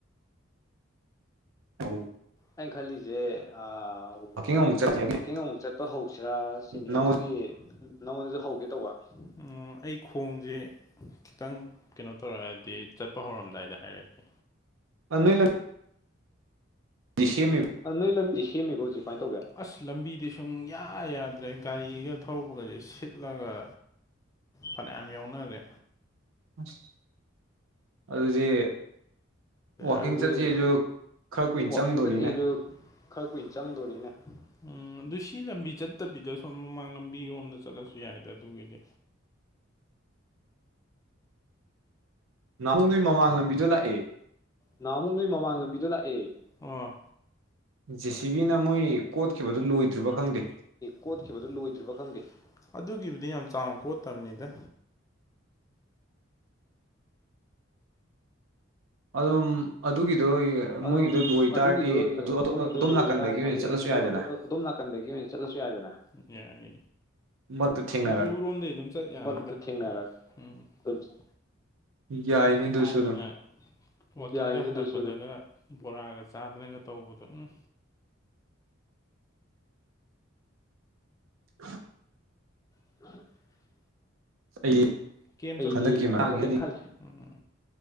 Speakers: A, on the right; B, on the left.
A: ꯑꯧ
B: ꯑꯩꯏꯟ ꯈꯜꯂꯤꯁꯦ ꯑꯥ
A: ꯋꯥꯀꯤꯡ ꯑꯃꯨꯛ ꯆꯠꯂꯤ ꯑꯗꯩ
B: ꯋꯥꯀꯤꯡ ꯑꯃꯨꯛ ꯆꯠꯄ ꯍꯧꯁꯤꯔꯥ ꯁꯤꯅꯤ
A: ꯅꯉꯣꯟꯗ
B: ꯑꯗꯨꯒꯤ ꯅꯉꯣꯟꯗꯁꯨ ꯍꯧꯒꯦ ꯇꯧꯕ ꯑꯣ ꯑꯩ ꯈꯣꯡꯁꯦ ꯈꯤꯇꯪ ꯀꯩꯅꯣ ꯇꯧꯔꯛꯑꯗꯤ ꯆꯠꯄ ꯍꯧꯔꯝꯗꯥꯏꯗ ꯍꯥꯏꯔꯛꯀꯦ
A: <unintelligible> <unintelligible>
B: ꯅꯣꯏ ꯂꯝ ꯗꯤ ꯁꯦꯝꯃꯦꯕꯣ ꯍꯧꯖꯤꯛ ꯀꯃꯥꯏꯟ ꯇꯧꯒꯦ ꯑꯁ ꯂꯝꯕꯤꯗꯤ ꯁꯨꯡꯌꯥ ꯌꯥꯗ꯭ꯔꯦ ꯒꯥꯔꯤꯒ ꯊꯧꯔꯛꯄꯒꯁꯦ ꯁꯤꯠꯂꯒ ꯐꯅꯌꯥꯝ ꯌꯥꯎꯅꯔꯦ
A: ꯑꯁ ꯑꯗꯨꯗꯤ ꯋꯥꯛꯀꯤꯡ
B: ꯑꯗꯨꯗꯤ
A: ꯆꯠꯁꯤꯁꯨ ꯈꯔ ꯀꯨꯏꯟ
B: ꯋꯥꯛꯀꯤꯡ
A: ꯆꯪꯗꯣꯔꯤꯅꯦ
B: ꯆꯠꯁꯤꯁꯨ ꯈꯔ ꯀꯨꯏꯟ ꯆꯪꯗꯣꯔꯤꯅꯦ ꯎꯝ ꯑꯗꯨ ꯁꯤ ꯂꯝꯕꯤ ꯆꯠꯇꯕꯤꯗ ꯁꯣꯝ ꯃꯃꯥꯡ ꯂꯝꯕꯤꯔꯣꯝꯗ ꯆꯠꯂꯁꯨ ꯌꯥꯏꯗ ꯑꯗꯨꯒꯤꯗꯤ
A: ꯅꯍꯟ ꯅꯣꯏ ꯃꯃꯥꯡ ꯂꯝꯕꯤꯗꯣ ꯂꯥꯛꯑꯦ
B: ꯅꯍꯥꯃꯨꯛ ꯅꯣꯏ ꯃꯃꯥꯡ ꯂꯝꯕꯤꯗ ꯂꯥꯛꯑꯦ ꯑꯣ
A: ꯖꯦ ꯁꯤ ꯕꯤꯅ ꯃꯣꯏ ꯀꯣꯠꯈꯤꯕꯗꯣ ꯂꯣꯏꯗ꯭ꯔꯤꯕꯥ ꯈꯪꯗꯦ
B: ꯀꯣꯠꯈꯤꯕꯗꯨ ꯂꯣꯏꯗ꯭ꯔꯤꯕꯥ ꯈꯪꯗꯦ ꯑꯗꯨꯒꯤꯕꯨꯗꯤ ꯌꯥꯝ ꯆꯥꯎꯅ ꯀꯣꯠꯇꯕꯅꯤꯗ
A: ꯑꯗꯨꯝ ꯑꯗꯨꯒꯤꯗꯣ
B: ꯑꯗꯨꯝ
A: ꯃꯣꯏꯒꯤꯗꯣ ꯂꯣꯏ ꯇꯥꯔꯗꯤ
B: ꯑꯗꯨꯒꯤꯗꯣ ꯃꯣꯏꯒꯤꯗꯣ
A: ꯑꯗꯣꯝ
B: ꯂꯣꯏꯇꯥꯔꯗꯤ
A: ꯅꯥꯀꯟꯗꯒꯤ ꯑꯣꯏꯅ ꯆꯠꯂꯁꯨ
B: ꯑꯗꯣ
A: ꯌꯥꯏꯗꯅ
B: ꯑꯗ ꯑꯗꯣꯝ ꯅꯥꯀꯟꯗꯒꯤ ꯑꯣꯏꯅ ꯆꯠꯂꯁꯨ ꯌꯥꯏꯗꯅ ꯌꯥꯏ
A: ꯃꯔꯛꯇ ꯊꯦꯡꯅꯔꯒ
B: ꯑꯗꯨꯔꯣꯝꯗꯩ ꯑꯗꯨꯝ ꯆꯠ ꯌꯥꯅꯤꯗ <unintelligible>
A: ꯌꯥꯏꯅꯦ ꯑꯗꯨꯁꯨ
B: ꯊꯥꯏꯅ
A: ꯑꯗꯨꯝ
B: <unintelligible> ꯄꯗꯒ ꯕꯣꯔꯥꯒ ꯆꯥꯗꯅꯒ ꯇꯧꯕꯗꯨ ꯎꯨ
A: <inaudible>
B: <inaudible>
A: ꯑꯩ
B: <unintelligible> ꯎꯝ
A: ꯍꯟꯗꯛꯀꯤ ꯃꯇꯥꯡꯁꯤꯗꯤ